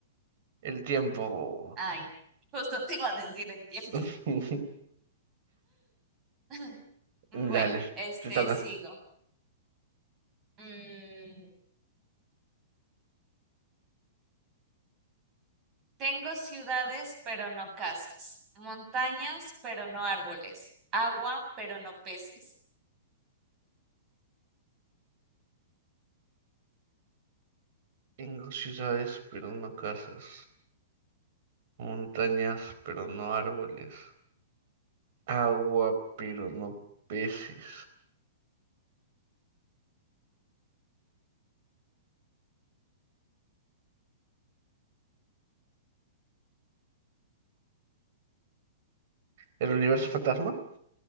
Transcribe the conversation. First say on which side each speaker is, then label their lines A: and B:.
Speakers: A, on the right; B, on the right.
A: El tiempo.
B: Ay, justo te iba a decir el tiempo.
A: <laughs>
B: <laughs>
A: Dale,
B: Bueno, este,
A: te toca.
B: sigo. Mm, tengo ciudades, pero no casas. Montañas, pero no árboles. Agua, pero no peces.
A: Tengo ciudades, pero no casas. Montañas, pero no árboles. Agua, pero no peces. ¿El universo fantasma?